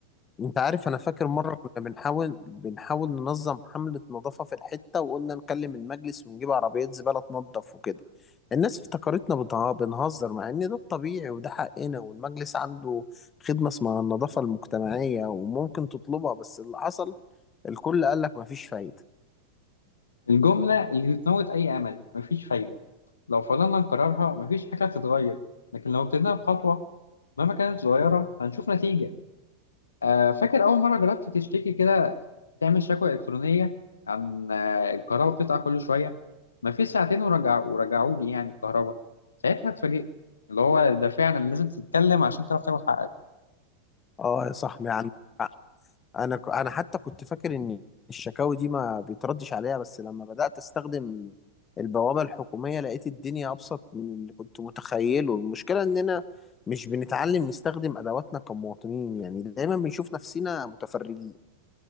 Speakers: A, on the left; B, on the left.
A: انت عارف انا فاكر مرة كنا بنحاول بنحاول ننظم حملة نظافة في الحتة وقلنا نكلم المجلس ونجيب عربيات زبالة تنظف وكده الناس افتكرتنا بتع- بنهزر مع ان ده الطبيعي وده حقنا والمجلس عنده خدمة اسمها النظافة المجتمعية وممكن تطلبها بس اللي حصل الكل قال لك مفيش فايدة
B: الجملة اللي بتموت أي أمل مفيش فايدة لو فضلنا نكررها مفيش حاجة هتتغير لكن لو ابتدينا بخطوة مهما كانت صغيرة هنشوف نتيجة آه، فاكر أول مرة جربت تشتكي كده تعمل شكوى إلكترونية عن آه، الكهرباء بتقطع كل شوية مفيش ساعتين ورجع ورجعوا لي يعني الكهرباء ساعتها اتفاجئت اللي هو ده فعلا لازم تتكلم عشان تعرف تاخد حقك
A: اه يا صاحبي عندك حق انا ك- انا حتى كنت فاكر ان الشكاوي دي ما بيتردش عليها بس لما بدأت استخدم البوابة الحكومية لقيت الدنيا ابسط من اللي كنت متخيله المشكلة اننا مش بنتعلم نستخدم ادواتنا كمواطنين يعني دايما بنشوف نفسنا متفرجين